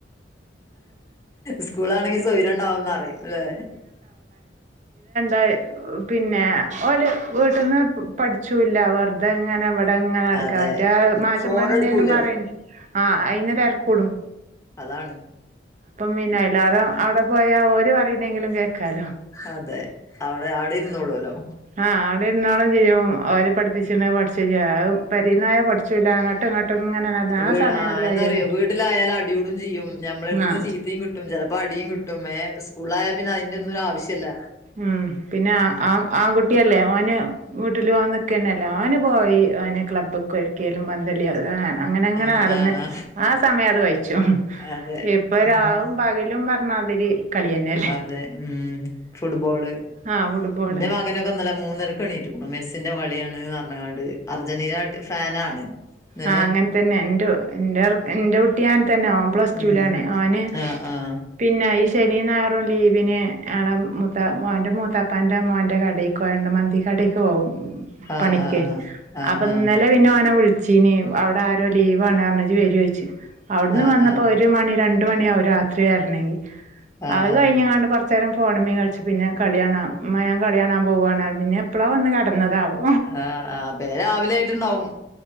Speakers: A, on the left (about 20°); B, on the right (about 45°).
A: സ്കൂളാണെങ്കി സൗര്യംണ്ടാവും ന്ന റിം ല്ലേ
B: അഹ് പിന്നെ ഓല് വീട്ട്ന്ന് പഠിച്ചൂല്ല വെറുതെ ങ്ങനെ ഇവിടെ ഇങ്ങനെ നടക്കാ
A: അതെ
B: മറ്റേ മാഷമ്മാര്
A: ഫോൺ
B: എന്തേലും
A: എടുക്കൂലേ
B: പറിം ആഹ് അയിന് തെര്ക്കൂടും.
A: അതാണ്.
B: പിന്നെ അയിലാറെ അവിടെ പോയാ ഓര് പറയുന്നെങ്കിലും കേക്കാലോ
A: അതെ അവിടെ അവിടെ ഇരുന്നോളൊല്ലോ
B: ആഹ് അവിടെ ഇരുന്നോളും ചെയ്യും അവര് പഠിപ്പിച്ചിന് പഠിച്ചയ്യ അഹ് പെരീന്നായ പഠിച്ച് ലാ ങ്ങ ട്ട് ങ്ങട്ട് ഇങ്ങനെ നടന്ന്
A: വ്
B: ആ സമയങ്ങട്ട്
A: ആഹ്
B: കയ്യും
A: എന്താറിയോ വീട്ടിലായാല് അടിയൂടും ചെയ്യും ഞമ്മളടുത്ത്ന്ന്
B: ആഹ്
A: ചീത്തയും കി കിട്ടും ചെലപ്പോ അടിയും കിട്ടും ഏ സ്കൂളായ പിന്നെ അയിന്റൊന്നു ഒരു ആവിശ്യല്ല.
B: ഉം പിന്നെ ആ ആൺകുട്ടിയല്ലേ ഓന് വീട്ടില് ഓൻ നിക്കന്നെല്ല ഓന് പോയി ഓന് ക്ലബ്ബ് ക്കെ ഒര്ക്കേലും പന്തളി ഏ അങ്ങനെങ്ങനെ
A: ആഹ്
B: നടന്ന്
A: ആഹ്
B: ആ സമയത് കഴിച്ചും
A: അതെ
B: ഇപ്പരാവും.
A: ഉം
B: പകലും പർഞ്ഞാതിരി കളിയന്നെല്ലേ?
A: അതെ ഉം ഫുട്ബോള്
B: ആഹ് ഫുട്ബോള്
A: എന്റെ മകനൊക്കെ ഇന്നലെ മൂന്നരക്ക് എണീറ്റ്ക്കുണു മെസ്സിന്റെ കളിയാണ് പർഞ്ക്കാണ്ട്. അർജന്റീന ഫാനാണ്. ഏഹ്
B: ആഹ് അങ്ങൻതന്നെ എൻ്റെ എൻ്റെർക് എൻ്റെ കുട്ടി അങ്ങൻതന്നെ ഓൻ പ്ലസ് ടുലാണ്
A: ഉം
B: ഓന്
A: ആഹ് ആഹ്.
B: പിന്നെ ഈ ശനിയും ഞായറും ലീവിന് ആളെ മൂത്ത മോന്റെ മൂത്താപ്പാന്റെ മോന്റെ കടയി മന്തി കടയ്ക്ക് പോഉം
A: ആഹ്
B: പണിക്ക്
A: ആഹ് ആഹ്
B: അപ്പൊ ഇന്നേ ന്നലെ പിന്നെ ഓനെ വിള്ച്ചീന് അവിടെ ആരോ ലീവാണ് ഇജ്ജ് വരുഒ ചോയ്ച്ച് അവിട്ന്ന്
A: ആഹ്
B: വന്നപ്പോ
A: ആഹ്
B: ഒ ഒരു മണി രണ്ട് മണിയാവും രാത്രി വെര്നെങ്കി
A: ആഹ്
B: അത്
A: ആഹ് ആഹ്
B: കഴിഞ്ഞാണ്ട് കൊറച്ചേരം ഫോൺമ്മെ കൾ വച്ച് പിന്നെ കളിയാണാ മയ കളിയാണാൻ പോവാണ് പിന്നെ എപ്പോളോ വന്ന് കടന്നതാവും.
A: ആഹ് ആ പിന്നെ രാവിലെ ആയിട്ടുണ്ടാവും